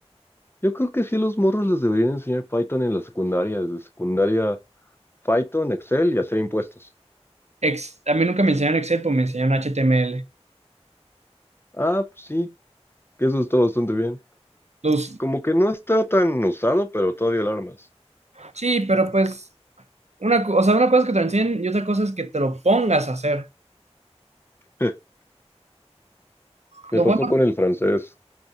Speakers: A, on the left (about 20°); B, on the right (about 80°).
A: Yo creo que sí a los morros les deberían enseñar Python en la secundaria, desde secundaria Python, Excel y hacer impuestos.
B: Ex- a mí nunca me enseñaron Excel, pues me enseñaron HTML.
A: Ah, pues sí, que eso está bastante bien.
B: Los,
A: Como que no está tan usado, pero todavía alarmas.
B: sí, pero pues, una, co- o sea, una cosa es que te lo enseñen y otra cosa es que te lo pongas a hacer.
A: <laughs> Me
B: Lo
A: pasó
B: bueno,
A: con el francés.